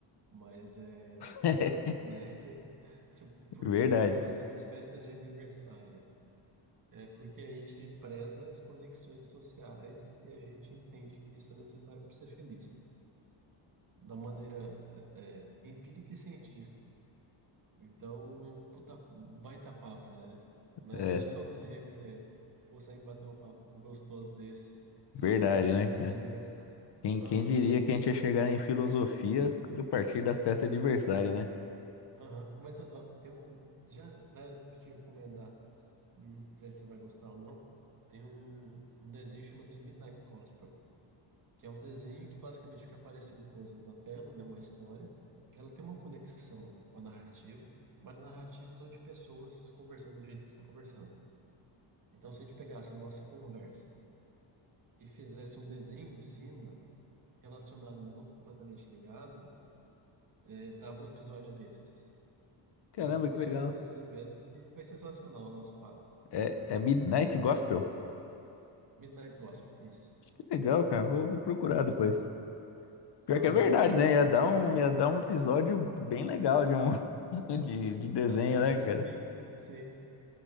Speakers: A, on the right; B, on the left.
A: Mas é,
B: <laughs>
A: né, <laughs> que, se- por
B: Verdade.
A: que que nós fazemos festas de aniversário? É porque a gente preza as conexões sociais e a gente entende que isso é necessário para ser feliz. Da maneira é, é, empírica e científica. Então, puta, baita papo, né? Não
B: É,
A: é, não é todo dia que você consegue bater um papo gostoso desse,
B: verdade,
A: só falando de
B: né?
A: festa
B: cara?
A: de aniversário.
B: Quem,
A: Aham,
B: quem diria que a gente ia chegar em filosofia a partir da festa de aniversário, né?
A: aham. Mas ó, ó, tem um. Já dá pra te recomendar, não sei se você vai gostar ou não. Tem um, um desenho chamado The Midnight Gospel, que é um desenho que basicamente fica aparecendo coisas na tela, né? Uma história, que ela tem uma conexão com a narrativa, mas a narrativa são de pessoas conversando do jeito que você está conversando. Então, se a gente pegasse a nossa conversa e fizesse um desenho em cima, relacionado, mas não completamente ligado, eh, dava um episódio desses. Então,
B: Caramba,
A: só para
B: que
A: te
B: legal.
A: agradecer mesmo, que foi sensacional o nosso papo.
B: É, é Midnight Gospel?
A: Midnight Gospel, isso.
B: Que legal, cara. Vou, vou procurar depois. Pior
A: Aham.
B: que é verdade,
A: <laughs>
B: né? Ia dar um, ia dar um episódio bem legal de um <laughs> de,
A: Eh,
B: de desenho, né, cara?
A: Sim, sim.